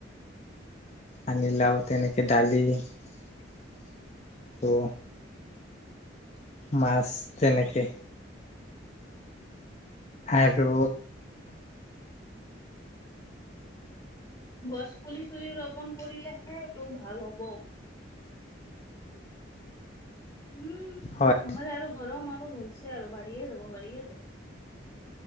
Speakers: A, on the left (about 35°); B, on the left (about 15°).
A: পানী লাও তেনে দালি আৰু মাছ তেনেকে। আৰু
B: গছ পুলি চুলি ৰোপন কৰিলেহে এইটো ভাল হ'ব। উম
A: হয়
B: নহলে আৰু গৰম আৰুহ হৈছে আৰু বাঢ়িয়ে যাব, বাঢ়িয়ে যাব।